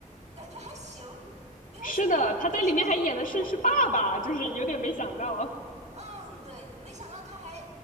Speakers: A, on the right (about 55°); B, on the left (about 75°).
A: 感觉还行，比我想象的这个水平要高。
B: 是的，他在里面还演的是是爸爸，就是有点没想到。
A: 嗯，对，没想到他还